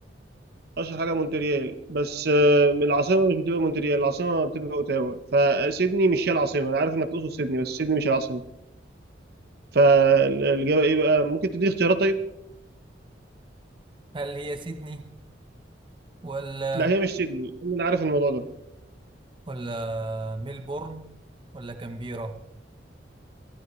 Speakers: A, on the right; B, on the right.
A: اشهر حاجه مونتريال بس آه، العاصمه مش بتبقى مونتريال العاصمه بتبقى اوتاوا فسيدني مش هي العاصمه انا عارف انك تقصد سيدني بس سيدني مش العاصمه فالاجابه ايه بقى ممكن تديني اختيارات طيب
B: هل هي سيدني ولا
A: لا هي مش سيدني لان انا عارف الموضوع ده
B: ولا ميلبورن ولا كامبيرا